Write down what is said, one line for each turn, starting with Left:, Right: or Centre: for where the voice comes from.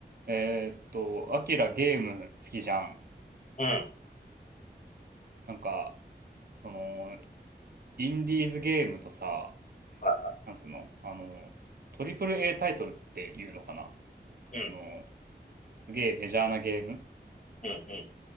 Right: えーっと、アキラゲーム好きじゃん。
Left: うん。
Right: なんか、その、インディーズゲームとさ、
Left: は
Right: なんつうのあの、トリプル A タイトルっていうのかな
Left: い。うん。
Right: その、すげえメジャーなゲーム
Left: うんうん。